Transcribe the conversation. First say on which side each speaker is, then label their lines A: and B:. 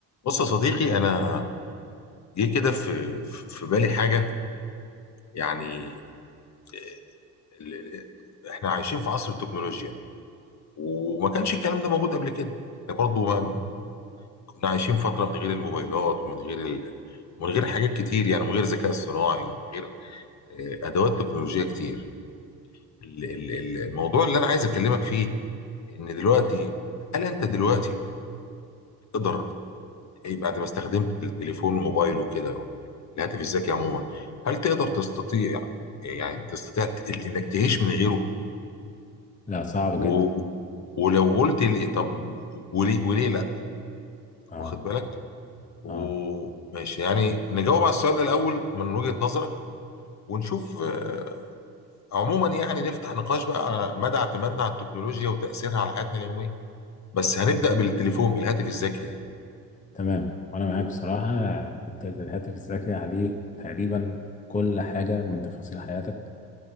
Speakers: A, on the left; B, on the left.
A: بص يا صديقي انا جه كده في في بالي حاجه يعني آه، ال- ال- احنا عايشين في عصر التكنولوجيا وما كانش الكلام ده موجود قبل كده احنا برضو ما كنا عايشين فتره من غير الموبايلات ومن غير ال... من غير حاجات كتير يعني من غير ذكاء اصطناعي ومن غير آه، ادوات تكنولوجيه كتير ال- ال- ال- الموضوع اللي انا عايز اكلمك فيه ان دلوقتي هل انت دلوقتي تقدر إيه بعد ما استخدمت التليفون والموبايل وكده الهاتف الذكي عموما هل تقدر تستطيع يعني تستطيع ت- انك تعيش من غيره
B: لا صعب
A: و...
B: جدا
A: ولو قلت لي طب وليه وليه لا
B: اه
A: واخد بالك وماشي
B: اه
A: يعني نجاوب على السؤال ده الاول من وجهة نظرك ونشوف آه، عموما يعني نفتح نقاش بقى على مدى اعتمادنا على التكنولوجيا وتأثيرها على حياتنا اليومية بس هنبدأ بالتليفون بالهاتف الذكي يعني.
B: تمام وانا معاك بصراحة الت- الهاتف الذكي عليه تقريبا كل حاجة من تفاصيل حياتك